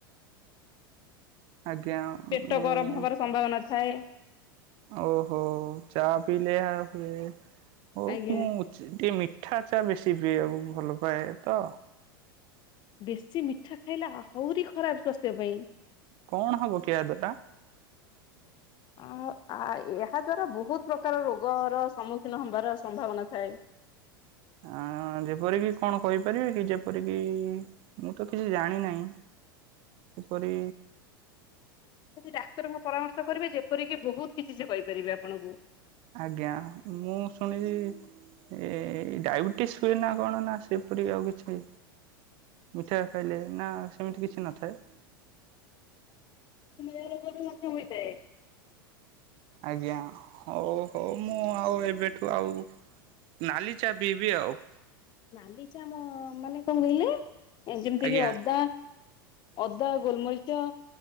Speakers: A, on the right; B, on the left.
A: ଆଜ୍ଞା।
B: ପେଟ
A: ମୁଁ
B: ଗରମ ହବାର ସମ୍ଭାବନା ଥାଏ।
A: ଓହୋ ଚା ପିଇଲେ ଏହା ହୁଏ ଓ
B: ଆଜ୍ଞା
A: ମୁଁ ଟିକେ ମିଠା ଚା ବେଶୀ ପିଇବାକୁ ଭଲ ପାଏ ତ
B: ବେଶୀ ମିଠା ଖାଇଲା ଆହୁରି ଖରାପ ସ୍ୱାସ୍ଥ୍ୟ ପାଇଁ।
A: କଣ ହବ କି ଏହା ଦ୍ୱାରା।
B: ଅ ଆ ଏହା ଦ୍ଵାରା ବହୁତ ପ୍ରକାର ରୋଗର ସମ୍ମୁଖୀନ ହବାର ସମ୍ଭାବନା ଥାଏ।
A: ଆଁ ଯେପରିକି କଣ କହିପାରିବେ କି ଯେପରିକି ମୁଁ ତ କିଛି ଜାଣି ନାହିଁ କିପରି
B: ଯଦି ଡାକ୍ତରଙ୍କ ପରାମର୍ଶ କରିବେ ଯେପରିକି ବହୁତ କିଛି ସେ କହିପାରିବେ ଆପଣଙ୍କୁ।
A: ଆଜ୍ଞା ମୁଁ ଶୁଣିଚି ଏ ଡାଇବେଟିସ୍ ହୁଏ ନା କଣ ନା ସେପରିକି ଆଉ କିଛି ମିଠା ଖାଇଲେ ନା ସେମିତି କିଛି ନଥାଏ।
B: <unintelligible> ରୋଗ ବି ମଧ୍ୟ ହୋଇଥାଏ।
A: ଆଜ୍ଞା ହଉ ହଉ ମୁଁ ଆଉ ଏବେଠୁ ଆଉ ନାଲି ଚା ପିଇବି ଆଉ।
B: ନାଲି ଚା ମ ମାନେ କଣ କହିଲେ ଅ ଯେମିତି
A: ଆଜ୍ଞା
B: କି ଅଦା ଅଦା ଗୋଲମରିଚ